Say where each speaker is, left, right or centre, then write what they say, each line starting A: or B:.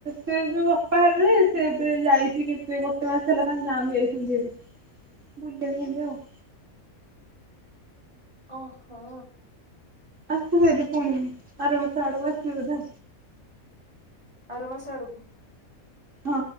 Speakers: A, on the right; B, on the right.
A: ସେ ଯୋଉ ଅପାହାରରେ ସେ ଏବେ ଯାଇଛି କେତେ ଗୋଟେ ମାସ ହେଲା ତାଙ୍କ ଗାଁକୁ ଯାଇଛନ୍ତିି ହାରି। ବୁଲେ ଝୁଲେ ଆଉ।
B: ଓହୋ।
A: ଆସିବେ ଏବେ ପୁଣି ଆର ମାସ ଆଡକୁ ଆସିବେ ବୋଧେ।
B: ଆର ମାସ ଆଡକୁ।
A: ହଁ